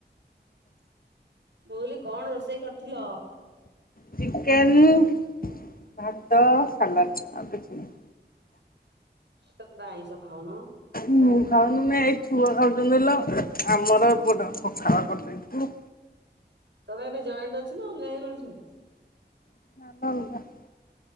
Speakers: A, on the right; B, on the left.
A: ମୁଁ କହିଲି କଣ ରୋଷେଇ କରିଥିଲ?
B: ଚିକେନ ଭାତ ସାଲାଟ୍ ଆଉ କିଛି ନାହିଁ।
A: ତମେ ପା ଆଇଁସ ଖାଉନ
B: ମୁଁ
A: କାହା ପାଇଁ
B: ଖାଉନି
A: କଲ
B: ନା ଏଇ ଛୁଆ ଖାଉଛନ୍ତି ହେଲ ଆମର ପୋଟେ ପଖାଳ କରିଦେଇଥୁ
A: ତମେ ଏବେ ଜଏଣ୍ଟ ଅଛ ନା ଅଲଗା ହେଇଗଲଣି ସବୁ?
B: <unintelligible>